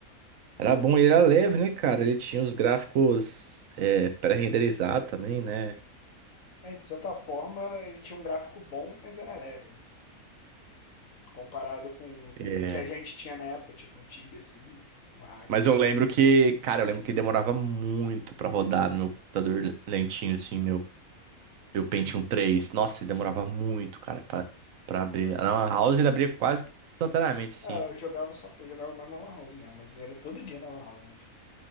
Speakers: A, on the right; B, on the left.
A: Era bom, ele era leve, né, cara? Ele tinha os gráficos eh, pré-renderizados também, né?
B: É, de certa forma, ele tinha um gráfico bom, mas era leve. Comparado com,
A: É,
B: com o que a gente tinha na época, tipo um Tibia, assim, no Ragnar.
A: mas eu lembro que, cara, eu lembro que demorava muito pra rodar no meu computador lentinho, assim, meu. E o Pentium três nossa, ele demorava muito, cara, pra, pra abrir. Na Lan House ele abria quase que instantaneamente, sim.
B: Ah, eu jogava só, eu jogava mais na Lan House mesmo, mas era todo dia na Lan House, meu filho.